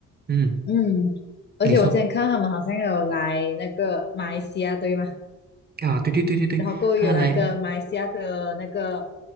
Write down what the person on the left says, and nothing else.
嗯，而且我之前看到他们好像有来那个马来西亚，
对吗？
然后各位有来跟马来西亚的那个